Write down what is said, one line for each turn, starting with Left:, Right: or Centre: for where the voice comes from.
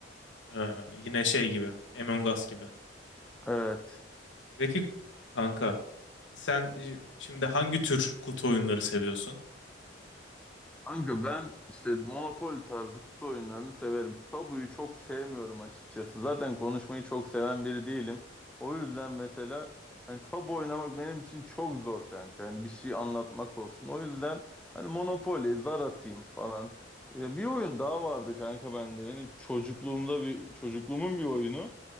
Left: Ha, yine şey gibi. Among Us gibi.
Centre: Evet.
Left: Peki kanka sen şi- şimdi hangi tür kutu oyunları seviyorsun?
Centre: Kanka ben işte Monopoly tarzı kutu oyunlarını severim. Tabuyu çok sevmiyorum açıkçası. Zaten konuşmayı çok seven biri değilim. O yüzden mesela hani tabu oynamak benim için çok zor kanka. Yani bir şey anlatmak olsun. O yüzden hani Monopoly, zar atayım falan. Ee, Bir oyun daha vardı kanka bende. Benim çocukluğumda bir çocukluğumun bir oyunu.